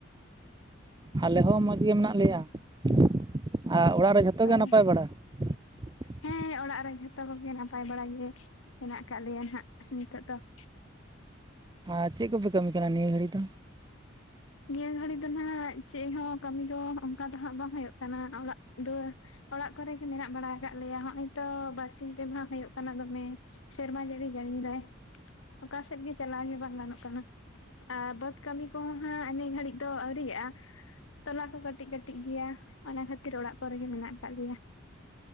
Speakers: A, on the right (about 20°); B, on the left (about 70°).
A: ᱟᱞᱮ ᱦᱚᱸ ᱢᱚᱡᱽ ᱜᱮ ᱢᱮᱱᱟᱜ ᱞᱮᱭᱟ ᱾ ᱟᱨ ᱚᱲᱟᱜ ᱨᱮ ᱡᱷᱚᱛᱚ
B: ᱚ
A: ᱜᱮ ᱱᱟᱯᱟᱭ ᱵᱟᱲᱟ? <inaudible>
B: ᱦᱮᱸ ᱚᱲᱟᱜ ᱨᱮ ᱡᱷᱚᱛᱚ ᱠᱚᱜᱮ ᱱᱟᱯᱟᱭ ᱵᱟᱲᱟ ᱜᱮ ᱢᱮᱱᱟᱜ ᱟᱠᱟᱫ ᱞᱮᱭᱟ ᱦᱟᱸᱜ ᱱᱤᱛᱚᱜ ᱫᱚ ᱾
A: ᱟᱨ ᱪᱮᱫ ᱠᱚᱯᱮ ᱠᱟᱹᱢᱤ ᱠᱟᱱᱟ ᱱᱤᱭᱟᱹ ᱜᱷᱟᱹᱲᱤᱡ ᱫᱚ?
B: ᱱᱤᱭᱟᱹ ᱜᱷᱟᱹᱲᱤᱡ ᱫᱚ ᱱᱦᱟᱸᱜ ᱪᱮᱫ ᱦᱚᱸ ᱠᱟᱹᱢᱤ ᱫᱚ ᱚᱱᱠᱟ ᱫᱚ ᱦᱟᱸᱜ ᱵᱟᱝ ᱦᱩᱭᱩᱜ ᱠᱟᱱᱟ ᱚᱲᱟᱜ ᱫᱩᱣᱟᱹᱨ ᱚᱲᱟᱜ ᱠᱚᱨᱮᱜᱮ ᱢᱮᱱᱟᱜ ᱵᱟᱲᱟ ᱟᱠᱟᱫ ᱞᱮᱭᱟ ᱱᱚᱜᱼᱚᱭ ᱛᱚ ᱵᱟᱨᱥᱤᱧ ᱯᱮ ᱢᱟᱦᱟ ᱦᱩᱭᱩᱜ ᱠᱟᱱᱟ ᱫᱚᱢᱮ, ᱥᱮᱨᱢᱟ ᱡᱟᱹᱲᱤ ᱡᱟᱹᱲᱤ ᱫᱟᱭ ᱾ ᱚᱠᱟᱥᱮᱫ ᱜᱮ ᱪᱟᱞᱟᱣ ᱜᱮ ᱵᱟᱝ ᱜᱟᱱᱚᱜ ᱠᱟᱱᱟ ᱾ ᱟᱨ ᱵᱟᱟᱹᱫᱽ ᱠᱟᱹᱢᱤ ᱠᱚᱦᱚᱸ ᱦᱟᱸ ᱱᱤᱭᱟᱹ ᱜᱷᱟᱹᱲᱤᱡ ᱫᱚ ᱟᱹᱣᱨᱤᱜᱼᱟ ᱾ ᱛᱚᱞᱟ ᱠᱚ ᱠᱟᱹᱴᱤᱡ ᱠᱟᱹᱴᱤᱡ ᱜᱮᱭᱟ, ᱚᱱᱟ ᱠᱷᱟᱛᱤᱨ ᱚᱲᱟᱜ ᱠᱚᱨᱮ ᱜᱮ ᱢᱮᱱᱟᱜ ᱟᱠᱟᱫ ᱞᱮᱭᱟ ᱾